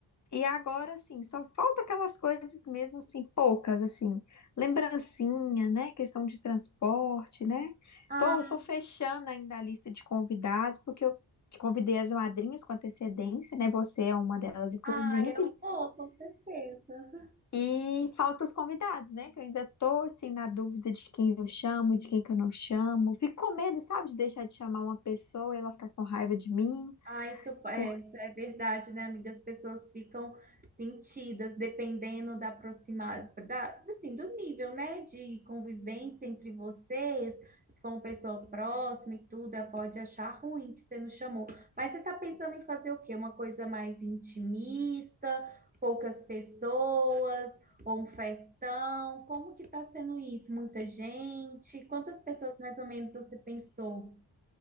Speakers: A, on the left; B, on the right.
A: e agora assim, só falta aquelas coisas mesmo assim, poucas assim, lembrancinha, né, questão de transporte, né?
B: Ah,
A: Tô tô fechando ainda a lista de convidados, porque eu convidei as madrinhas com antecedência, né? Você é uma delas, inclusive.
B: ah, eu vou, com certeza.
A: E falta os convidados, né? Que eu ainda tô assim na dúvida de quem eu chamo, de quem que eu não chamo. Fico com medo, sabe, de deixar de chamar uma pessoa e ela ficar com raiva de mim.
B: Ah, isso é,
A: Por
B: isso é verdade, né, amiga? As pessoas ficam sentidas dependendo da aproximada, da, assim, do nível, né, de convivência entre vocês. Se for uma pessoa próxima e tudo, ela pode achar ruim que você não chamou. Mas você tá pensando em fazer o quê? Uma coisa mais intimista, poucas pessoas, ou um festão? Como que tá sendo isso? Muita gente? Quantas pessoas mais ou menos você pensou?